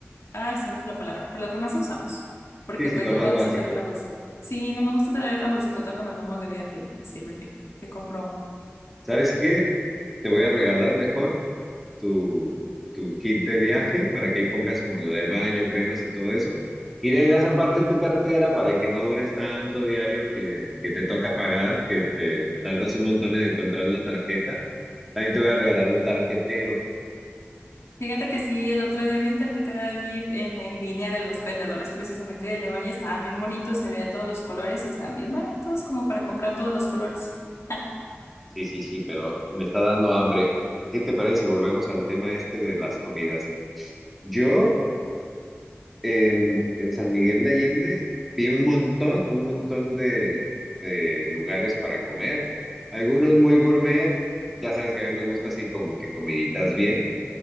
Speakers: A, on the left (about 80°); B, in the centre.
A: ay, se me fue la palabra, pero lo que más usamos, porque
B: Sí, sí,
A: pues
B: lo
A: no
B: más
A: me gusta
B: básico.
A: traer la bolsita. Sí, no me gusta traer la bolsotota cuando andamos de viaje y pues sirve que te compro una.
B: ¿Sabes qué? Te voy a regalar mejor tu, tu kit de viaje para que ahí pongas como lo de baño, cremas y todo eso. Y tengas aparte tu cartera para que no dures tanto diario que, que te toca pagar, que te tardas un montón en encontrar la tarjeta. También te voy a regalar un tarjetero.
A: Fíjate que sí, el otro día vi un tarjetero ahí en, en línea de los vendedores precisamente de León y estaban bien bonitos, se veía de todos los colores y están bien baratos como para comprar todos los colores. Ah,
B: Sí, sí, sí, pero me está dando hambre. ¿Qué te parece si volvemos al tema este de las comidas? Yo... en, en San Miguel de Allende vi un montón, un montón de, de lugares para comer. Algunos muy gourmet, ya sabes que a mí me gusta así como que comiditas bien,